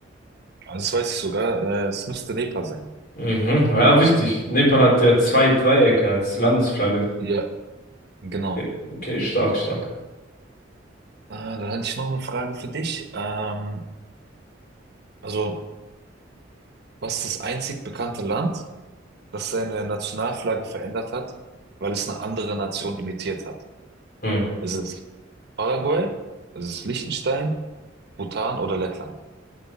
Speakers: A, on the right; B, on the left.
A: Also, das weiß ich sogar, äh, es müsste Nepal sein.
B: Mhm. Ja, wichtig. Nepal hat ja zwei Dreiecke als Landesflagge.
A: Ja, genau.
B: Okay, okay, stark, stark.
A: Äh, dann hätte ich noch eine Frage für dich. Ähm, also, was ist das einzig bekannte Land, das seine Nationalflagge verändert hat, weil es eine andere Nation imitiert hat?
B: Hm.
A: Ist es Paraguay? Ist es Liechtenstein? Bhutan oder Lettland?